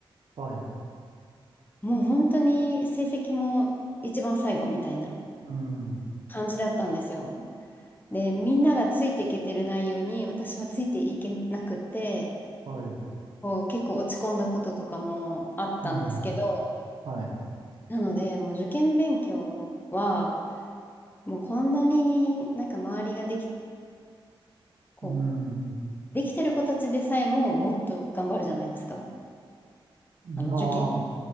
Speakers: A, on the right (about 65°); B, on the left (about 20°).
A: はい。
B: もう本当に成績も一番最後みたいな
A: うん。
B: 感じだったんですよ。で、みんながついていけてる内容に私はついていけなくて、
A: はい。
B: こう結構落ち込んだこととかもあったんですけど、
A: うん。はい。
B: なので、もう受験勉強は、もうこんなになんか周りができ、こう、
A: うん。
B: できてる子たちでさえももっと頑張るじゃないですか。
A: まあ、
B: あの、受験の